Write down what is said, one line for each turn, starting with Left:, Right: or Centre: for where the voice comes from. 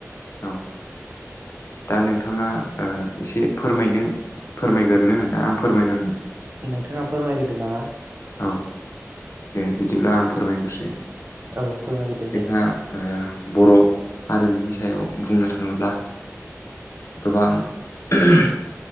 Left: औ दा नोंथाङा ओ एसे फोरमायनो फोरमायगोरनो ना आं फोरमायगोरनो?
Right: नोंथांङा फोरमायग्रोदो नामा।
Left: औ दे बिदिब्ला आं फोरमायगोरसै।
Right: औ फोरमायग्रोदो
Left: जोंहा
Right: दे
Left: ओ बर' हारिमुनि सायाव बुंनो थाङोब्ला गोबां ओमह